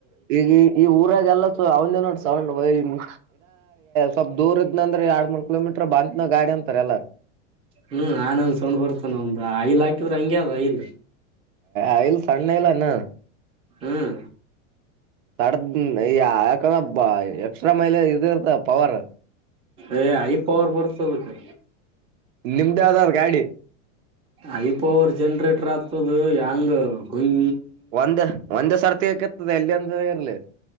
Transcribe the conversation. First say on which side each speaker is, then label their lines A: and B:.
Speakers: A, on the right (about 85°); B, on the right (about 15°).
A: ಈಗ ಈ ಊರಾಗೆಲ್ಲ ಅವನ್ನೋಡೌ ನ ಸ್ವಲ್ಪ್ ದೂರ ಇದ್ನಂದ್ರ ಎರಡ್ ಮೂರ್ ಕಿಲೋಮೀಟರ್ ಬಂದನ ಗಾಡಿ ಅಂತಾರೆ ಎಲ್ಲ.
B: ಹ್ಮ್ ಆನಂದ್ ಸೊಂಡ್ ಬರ್ತೇನ ಆವನ್ದು ಆಯಿಲ್ ಹಾಕಿದ್ರ ಹಂಗೆ ಅದು ಆಯಿಲ್.
A: ಆಯಲ್ಲ ಸಣ್ಣ ಇಲ್ಲ ನ.
B: ಹ್ಮ್
A: ಸಡದ ಯಾಕಂದ್ರ ಎಕ್ಸ್ಟ್ರಾ ಮೈಲೇಜ್ ಇದಿರ್ತದ ಪವರ.
B: ಏ ಐ ಪವರ್ ಬರ್ತದ ಅದುಕ್ಕೆ.
A: ನಿಮ್ದ ಆದಾವ ಗಾಡಿ.
B: ಐ ಪವರ್ ಜನ್ರೇಟರ್ ಆಗ್ತದ ಹೆಂಗ ಗುಯ್
A: ಒಂದೇ ಒಂದೇ ಸರ್ತಿ ಹಕಿತದೆ ಎಲ್ಲಿ ಅಂದ ಇರ್ಲಿ.